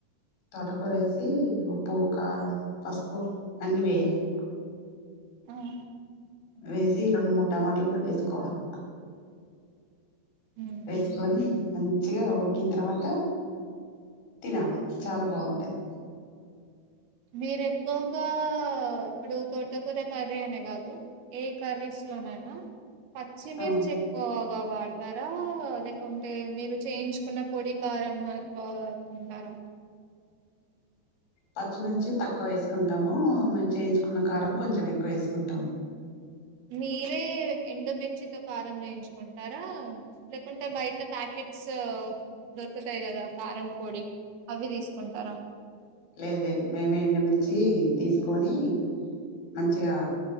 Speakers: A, on the left; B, on the right.
A: తోటకూరేసి ఉప్పు కారం పసుపు అన్ని వేయాలి
B: ఉహ్
A: వేసి రెండు మూడు టమాటలు కూడా వేసుకోవాలి
B: ఉమ్
A: వేసుకొని మం మంచిగా ఉడికిన తర్వాత తినాలి చాలా బాగుంటది
B: మీరు ఎక్కువగా ఇప్పుడు తోటకూర కర్రీ అనే కాదు ఏ కర్రీస్ లోనైనా పచ్చిమిర్చి
A: ఆ
B: ఎక్కువ వాడతారా లేక ఉంటే మీరు చేయించుకున్న పొడి కారం ఎక్కువ తింటారా
A: పచ్చిమిర్చి తక్కువ వేసుకుంటాము మేము చేయించుకున్న కారం కొంచెం ఎక్కువ వేసుకుంటాము
B: మీరే ఎండుమిర్చితో కారం చేయించుకుంటారా లేకుంటే బయట ప్యాకెట్ క్ట్స్ దొరుకుతాయి కదా కారం పొడి అవి తీసుకుంటారా
A: లేదు లేదు మేమే ఎండూమిర్చి తీసుకొని మంచిగా